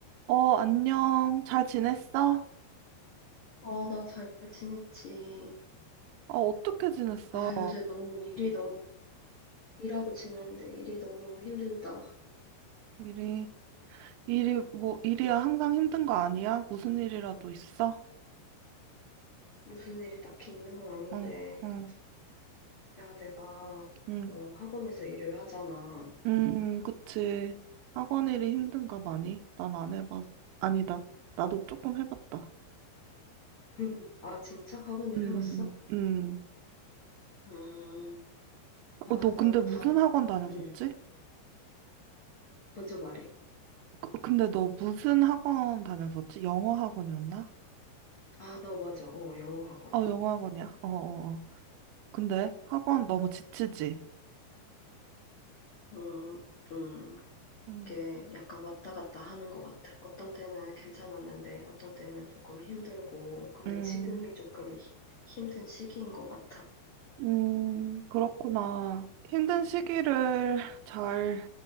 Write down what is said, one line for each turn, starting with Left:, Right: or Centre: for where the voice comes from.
Right: 어, 안녕. 잘 지냈어?
Left: 어, 나 잘 지냈지.
Right: 어, 어떻게 지냈어?
Left: 아, 요새 너무 일이 너무, 일하고 지내는데 일이 너무 힘들다.
Right: 일이, 일이, 뭐, 일이야. 항상 힘든 거 아니야? 무슨 일이라도 있어?
Left: 무슨 일이 딱히 있는 건 아닌데.
Right: 응, 응,
Left: 야, 내가,
Right: 응.
Left: 어, 학원에서 일을 하잖아.
Right: 음, 그치. 학원 일이 힘든가 많이? 난 안 해봤, 아니다. 나도 조금 해봤다.
Left: <laughs> 아, 진짜? 학원 일
Right: 응,
Left: 해봤어?
Right: 응, 응. 응.
Left: 음, 아,
Right: 어, 너
Left: 나는
Right: 근데 무슨
Left: 다른,
Right: 학원 다녔었지?
Left: 음, 먼저 말해.
Right: 그- 근데 너 무슨 학원 다녔었지? 영어 학원이었나?
Left: 아, 나 맞아. 어, 영어 학원.
Right: 어, 영어 학원이야. 어, 어, 어. 근데 학원 너무 지치지?
Left: 음, 음,
Right: 응.
Left: 게 약간 왔다 갔다 하는 것 같아. 어떤 때는 괜찮았는데, 어떤 때는 조금 힘들고, 근데
Right: 음,
Left: 지금이 조금 히- 힘든 시기인 것 같아.
Right: 음, 그렇구나. 힘든 시기를 잘